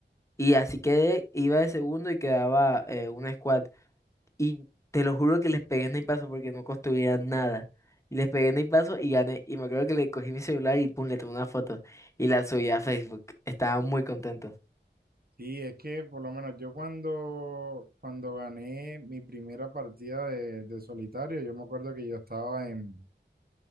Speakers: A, on the left; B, on the right.
A: Y así quedé, iba de segundo y quedaba eh, un squad. Y te lo juro que les pegué en el paso porque no construía nada. Y les pegué en el paso y gané. Y me acuerdo que le cogí mi celular y pum, le tomé una foto. Y la subí a Facebook. Estaba muy contento.
B: Sí, es que por lo menos yo cuando, cuando gané mi primera partida de, de solitario, yo me acuerdo que yo estaba en,